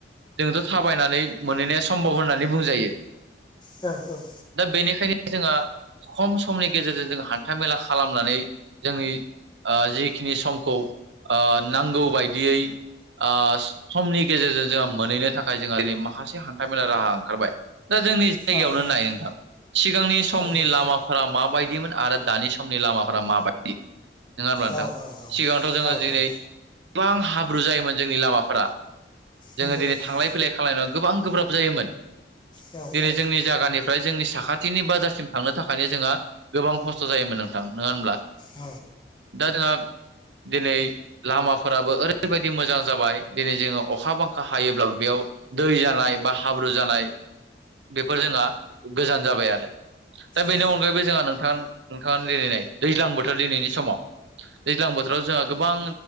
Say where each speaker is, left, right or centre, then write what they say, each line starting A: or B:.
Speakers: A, on the right; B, on the left.
A: जोंथ' थाबायनानै मोनहैनाया सम्भब होननानै बुंजायो
B: औ औ
A: दा बेनिखायनो जोंहा खम समनि गेजेरजों जों हान्था मेला खालामनानै जोंनि ओ जिखिनि समखौ ओ नांगौ बायदियै ओ समनि गेजेरजों जोंहा मोनहैनो थाखाय जोंहा दिनै माखासे हान्था मेला राहा ओंखारबाय दा जोंनि जायगायावनो
B: औ औ
A: नाय नोंथां सिगांनि समनि
B: थारैनो
A: लामा फोर माबायदिमोन आरो दानि समनि लामाफोरा माबायदि नङा होनबा नोंथां
B: औ औ
A: सिगांथ' जोङो
B: औ
A: दिनै
B: औ
A: गोबां हाब्रु जायोमोन जोंनि लामाफोरा जोङो
B: नंगौ
A: दिनै
B: नंगौ
A: थांलाय फैलाय खालामनायाव गोबां गोब्राब जायोमोन
B: औ
A: दिनै
B: औ
A: जोंनि जायगानिफ्राय जोंनि साखाथिनि बाजारसिम थांनो थाखायनो जोंहा गोबां खस्थ' जायोमोन नोंथां नङा होनब्ला
B: औ
A: दा जोंहा दिनै लामाफोराबो ओरैबायदि मोजां जाबाय दिनै जोङो अखा बांखा हायोब्ला बेयाव दै जानाय बा हाब्रु जानाय बेफोर जोंहा गोजान जाबाय आरो दा बेनि
B: औ
A: अनगायैबो जोंहा नोंथां नोंथाङा लेलैनाय दैज्लां बोथोर दिनैनि समाव दैज्लां बोथोराव जोंहा गोबां